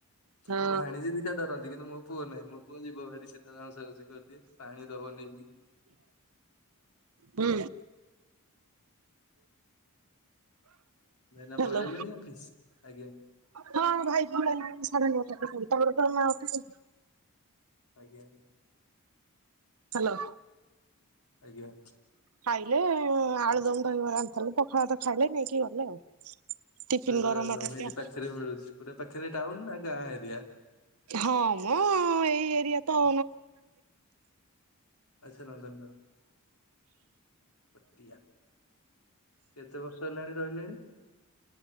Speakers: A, on the right; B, on the left.
A: ହଁ
B: ମୋ ଭାଣିଜୀ ସେଇଟା ଡରନ୍ତି। କିନ୍ତୁ ମୋ ପୁଅ ନାହିଁ ମୋ ପୁଅ ଯିବ ଭାରି ସେ ତାର ଆଉଁସା ଆଉଁସି କରିଦିଏ। ପାଣି ଦବ ନେଇକି।
A: ହୁଁ।
B: ଏଇନା
A: ହ୍ୟାଲୋ।
B: ପଳେଇଲେଣି ଅଫିସ? ଆଜ୍ଞା।
A: ହଁ ଭାଇ ଭ ସାର ନଅଟମର ତ ମାଠ <unintelligible>
B: ଆଜ୍ଞା।
A: ହାଲୋ।
B: ଆଜ୍ଞା।
A: ଖାଇଲେ ଆଳୁ ଦମ, ଦହିବରା ଆଣିଥିଲେ। ପଖାଳ ତ ଖାଇଲେ ନେଇକି ଗଲେ ଆଉ। ଟିଫିନ
B: ଦହବରା,
A: ଗରମ
B: ଆଳୁଦମ
A: ଭାତ ହେରିକା
B: ହେଇଠି ପାଖରେ ମିଳୁଛି, ପୁରା ପାଖରେ ଟାଉନ ନା ଗାଁ ଏରିଆ?
A: ହଁ, ମଁ ଏଇ ଏରିଆ ତ
B: ଆଜିନନ୍ଦ ପଠଆ <unintelligible> କେତେ ବର୍ଷ ହେଲାଣି ରହିଲେଣି?